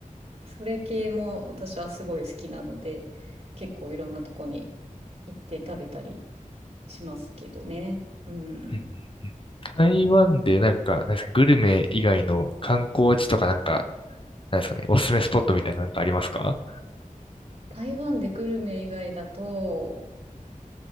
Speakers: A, on the right (about 45°); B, on the left (about 40°).
A: それ系も私はすごい好きなので結構いろんなとこに行って食べたりしますけどね。う
B: うんうんうん台湾でなんか、
A: ん。
B: なんですか、グルメ以外の観光地とかなんか、なんですかね、おすすめスポットみたいななんかありますか
A: 台湾でグルメ以外だと、